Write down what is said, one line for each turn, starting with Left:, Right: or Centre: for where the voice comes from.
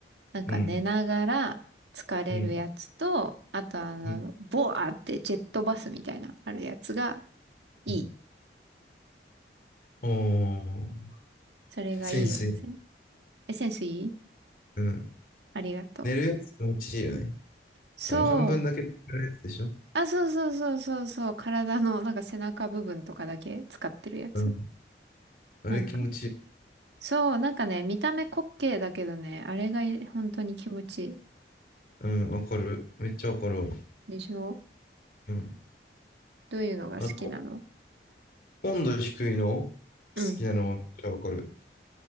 Right: なんか寝ながら疲れるやつと、
Left: うん、うん、
Right: あとあの、
Left: うん。
Right: ボアってジェットバスみたいなあるやつがいい。
Left: うんおー、
Right: それがいい温泉。
Left: 潜水。
Right: え、センスいい
Left: うん。
Right: ありがとう。
Left: 寝るやつ気持ちいいよね。
Right: そう。
Left: あの、半分だけ寝るやつでしょ
Right: あ、そうそうそうそうそう。体のなんか背中部分とかだけ使ってるやつ。
Left: うん。あれ気持ちいい。
Right: なんか、そう、なんかね、見た目滑稽だけどね、あれがい本当に気持ちいい。
Left: うん、わかる。めっちゃわかるわ。
Right: でしょ
Left: うん。
Right: どういうのが好きなの
Left: あと、温度低いの好きなのもめっちゃわかる。
Right: うん。